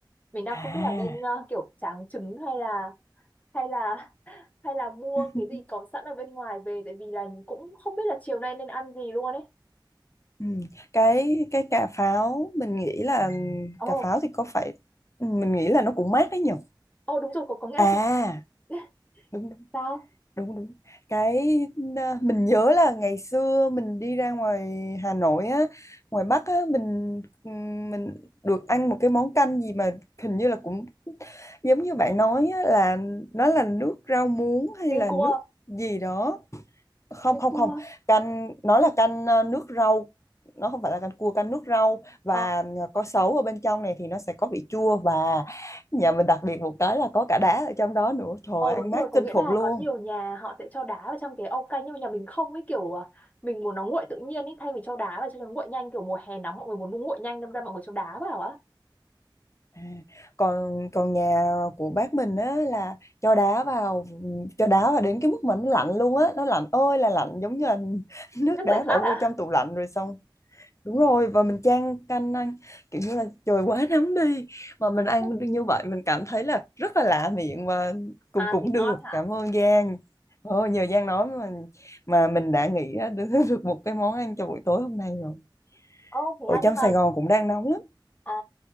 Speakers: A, on the left; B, on the left.
A: Mình đang
B: à
A: không biết là nên ờ, kiểu tráng trứng hay là hay là <laughs> hay là mua
B: <laughs>
A: cái gì có sẵn ở bên ngoài về tại vì là cũng không biết là chiều nay nên ăn gì luôn ấy.
B: ừ. cái cái cà pháo mình nghĩ là ừ,
A: Ồ,
B: cà pháo thì có phải ừ, mình nghĩ là nó cũng mát đấy nhỉ
A: ồ đúng rồi có có nghĩa
B: à
A: là cái <laughs>
B: đúng
A: sao?
B: đúng đúng cái ờ, mình nhớ là ngày xưa mình đi ra ngoài Hà Nội á ngoài Bắc á mình mình được ăn một cái món canh gì mà hình như là cũng giống như bạn nói á, là nó là nước rau muống hay
A: Canh
B: là
A: cua,
B: nước gì đó không
A: canh
B: không
A: cua.
B: không canh nó là canh ờ, nước rau nó không phải là canh cua canh nước rau và
A: Ờ,
B: ờ, có sấu ở bên trong này thì nó sẽ có vị chua và nhà mình đặc biệt một cái là có cả đá ở trong đó nữa trời
A: Ờ
B: ơi,
A: đúng
B: ăn
A: rồi,
B: mát
A: có
B: kinh
A: nghĩa
B: khủng
A: là
B: luôn
A: có nhiều nhà họ sẽ cho đá vào trong cái ao canh nhưng mà nhà mình không ấy kiểu à, mình muốn nó nguội tự nhiên ấy thay vì cho đá vào cho nó nguội nhanh kiểu mùa hè nóng mọi người muốn nó nguội nhanh nên ra mọi người cho đá vào á.
B: À, còn còn nhà của bác mình á là cho đá vào cho đá vào đến cái mức mà nó lạnh luôn á nó lạnh ơi là lạnh giống như là <laughs> nước
A: Nước
B: đá
A: giải
B: bỏ
A: khát
B: vô
A: à?
B: trong tủ lạnh rồi xong đúng rồi và mình chan canh ăn kiểu như là trời quá nóng đi mà mình ăn
A: <laughs>
B: như vậy mình cảm thấy là rất là lạ miệng và cũng
A: À
B: cũng
A: thì
B: được
A: ngon hả?
B: cảm ơn Giang Ồ, nhờ Giang nói mà mà mình đã nghĩ ra được, <laughs> được một cái món ăn cho buổi tối hôm nay rồi
A: ô thế
B: ở
A: à
B: trong
A: nhưng mà
B: Sài Gòn cũng đang nóng lắm
A: à